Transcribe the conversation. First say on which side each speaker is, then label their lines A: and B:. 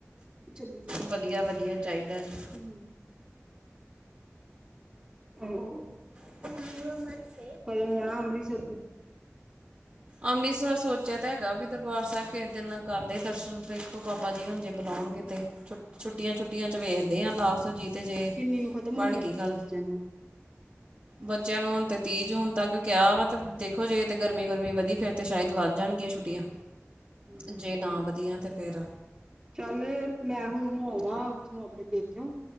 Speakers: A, on the right; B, on the right.
A: ਚਲੀ ਜਾਂਦਾ
B: ਵਧੀਆ ਵਧੀਆ ਚਾਹੀਦਾ ਜੀ
A: ਹਮ <inaudible>
B: <inaudible>
A: ਕੋਈ ਨੀ ਆਣਾ ਅੰਮ੍ਰਿਤਸਰ ਤੁਹੀ।
B: ਅੰਮ੍ਰਿਤਸਰ ਸੋਚਿਆ ਤਾਂ ਹੈਗਾ ਵੀ ਦਰਬਾਰ ਸਾਹਿਬ ਕਿਸ ਦਿਨ ਕਰਦੇ ਦਰਸ਼ਨ ਵੇਖੋ ਬਾਬਾ ਜੀ ਹ ਜੇ ਬੁਲਾਉਣ ਗੇ ਤੇ। ਛੁ ਛੁੱਟੀਆਂ- ਛੱਟੀਆਂ ਚ ਵੇਖਦੇ ਆਾਂ ਲਾਸਟ ਵਿਚ ਤੇ ਜੇ
A: ਕਿੰਨੀ ਨੂੰ ਖਤਮ
B: ਬਣਗੀ
A: ਹੋਣੀਆਂ ਛੁੱਟੀਆਂ
B: ਗੱਲ।
A: ਬੱਚਿਆਂ ਦੀਆਂ
B: ਬੱਚੇਆਂ ਨੂੰ ਹੁਣ ਤੇ ਤੀਹ ਜੂਨ ਤੱਕ ਕਯਾ ਵਾਂ ਤੇ ਦੇਖੋ ਜੇ ਤੇ ਗਰਮੀ-ਗਰਮੀ ਵਧੀ ਫੇਰ ਤੇ ਸ਼ਾਇਦ ਵੱਧ ਜਾਨਗੀਆਂ ਛੁੱਟੀਆਂ,
A: ਹਮ
B: ਜੇ ਨਾ ਵਧੀਆ ਤੇ ਫੇਰ
A: ਚੱਲ, ਮੈਂ ਹੁਣ ਹੋ ਆਵਾਂ ਉੱਥੋਂ ਆਪਣੇ ਪੇਕੇਯੋਂ